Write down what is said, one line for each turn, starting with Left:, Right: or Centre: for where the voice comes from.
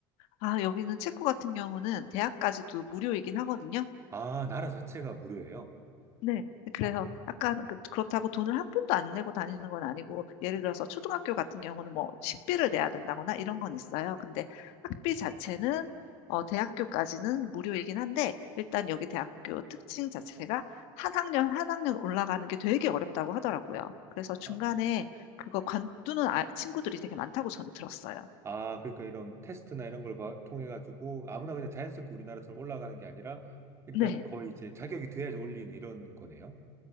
Left: 아, 여기는 체코 같은 경우는 대학까지도 무료이긴 하거든요.
Right: 아, 나라 자체가 무료예요.
Left: 네. 그래서
Right: 어.
Left: 약간 그- 그렇다고 돈을 한 푼도 안 내고 다니는 건 아니고, 예를 들어서 초등학교 같은 경우는 뭐 식비를 내야 된다거나 이런 건 있어요. 근데 학비 자체는 어, 대학교까지는 무료이긴 한데, 일단 여기 대학교 특징 자체가 한 학년 한 학년 올라가는 게 되게 어렵다고 하더라고요. 그래서 중간에
Right: 아,
Left: 그거 관두는 아- 친구들이 되게 많다고 저는 들었어요.
Right: 아, 그러니까 이런 테스트나 이런 걸 봐- 통해가지고 아무나 그냥 자연스럽게 우리나라처럼 올라가는 게 아니라 일단은
Left: 네.
Right: 거의 이제 자격이 돼야지 올리는 이런 거네요.